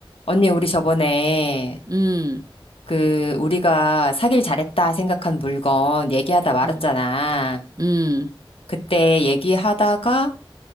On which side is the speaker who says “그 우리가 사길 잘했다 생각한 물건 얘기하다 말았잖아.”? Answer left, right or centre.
Left